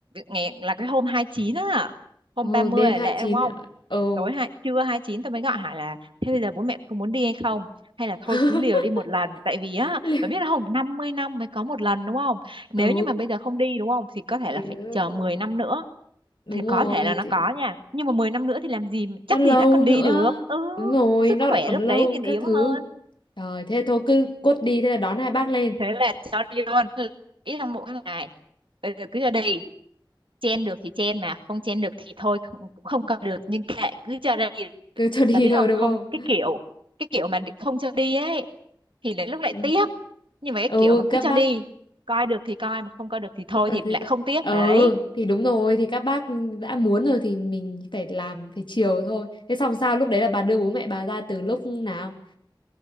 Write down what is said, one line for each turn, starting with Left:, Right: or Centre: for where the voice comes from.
Right: ngày là cái hôm 29 á hôm
Left: ồ
Right: 30
Left: đêm
Right: là
Left: 29
Right: lễ đúng không
Left: ạ. ồ
Right: tối hai trưa 29 tôi mới gọi hỏi là thế bây giờ bố mẹ có muốn đi hay không hay là thôi
Left: <laughs>
Right: cứ liều đi một lần tại vì á
Left: Liệu-
Right: bà biết không 50 năm mới có một lần đúng không nếu
Left: ừ
Right: như mà bây giờ không đi đúng không thì có thể
Left: thì
Right: là phải
Left: ờ,
Right: chờ
Left: ờ,
Right: 10 năm nữa
Left: đúng
Right: thì
Left: rồi
Right: có thể là nó
Left: thì
Right: có nha nhưng mà 10 năm nữa thì làm gì chắc
Left: nó lâu
Right: gì đã còn
Left: nữa
Right: đi được ừ
Left: đúng rồi
Right: sức
Left: nó
Right: khỏe
Left: lại còn
Right: lúc đấy
Left: lâu
Right: thì
Left: các
Right: yếu
Left: thứ
Right: hơn
Left: rồi thế thôi cứ cốt đi thế là đón hai bác lên
Right: thế là cho đi luôn ít trong mỗi ngày bây giờ cứ cho đi chen được thì chen mà không chen được thì thôi không- cũng không cầm được nhưng kệ cứ cho đi
Left: cứ cho đi
Right: bà biết
Left: thôi
Right: không
Left: đúng
Right: không
Left: không
Right: cái kiểu cái kiểu mà không cho đi ấy thì lại lúc lại
Left: ừ
Right: tiếc nhưng mà cái
Left: Ừ,
Right: kiểu mà cứ
Left: các
Right: cho
Left: bác
Right: đi coi được thì coi mà không coi được thì thôi
Left: không cần
Right: thì
Left: gì
Right: lại
Left: đâu
Right: không tiếc
Left: ờ
Right: đấy
Left: thì đúng rồi thì các bác đã muốn rồi thì mình phải làm phải chiều thôi thế xong sao lúc đấy là bà đưa bố mẹ bà ra từ lúc nào